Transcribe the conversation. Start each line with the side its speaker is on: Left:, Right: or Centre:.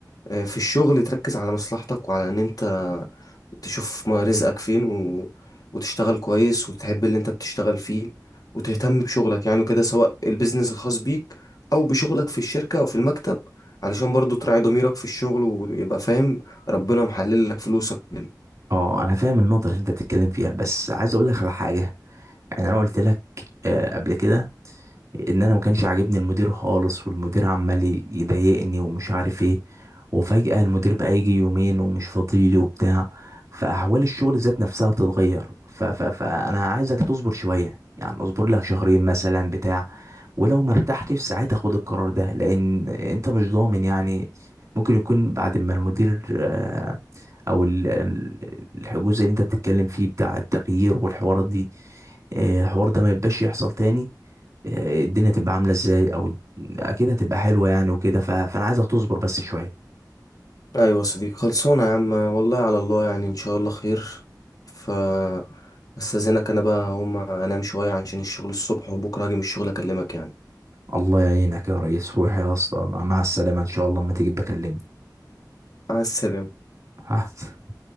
Left: آه، في الشغل تركز على مصلحتك وعلى ان انت تشوف ما- رزقك فين و... وتشتغل كويس وتحب اللي انت بتشتغل فيه وتهتم بشغلك يعني وكده سواء البيزنس الخاص بيك او بشغلك في الشركة او في المكتب علشان برضو تراعي ضميرك في الشغل ويبقى فاهم ربنا محلل لك فلوسك كده
Right: اه انا فاهم النقطه اللي انت بتتكلم فيها بس عايز اقول لك على حاجه يعني انا قلت لك آه قبل كده ان انا ما كانش عاجبني المدير خالص والمدير عمال يضايقني ومش عارف ايه وفجأة المدير بقى يجي يومين ومش فاضيلي وبتاع فاحوال الشغل ذات نفسها بتتغير ف ف فانا عايزك تصبر شوية يعني اصبر لك شهرين مثلا بتاع ولو ما ارتحتش ساعتها خد القرار ده لان انت مش ضامن يعني ممكن يكون بعد ما المدير آه، او ال- ال- الجزء اللي انت بتتكلم فيه بتاع التغيير والحوارات دي آه، الحوار ده ما يبقاش يحصل تاني آه، الدنيا تبقى عاملة ازاي او الد- اكيد هتبقى حلوة يعني وكده ف... فانا عايزك تصبر بس شوية
Left: ايوه يا صديقي خلصانه يا عم والله على الله يعني ان شاء الله خير ف استاذنك انا بقى هم انام شويه عشان الشغل الصبح وبكره هاجي من الشغل اكلمك يعني
Right: الله يعينك يا ريس روح يا اسطى مع السلامة ان شاء الله اما تيجي بكلمني
Left: مع السلامه
Right: <laughs>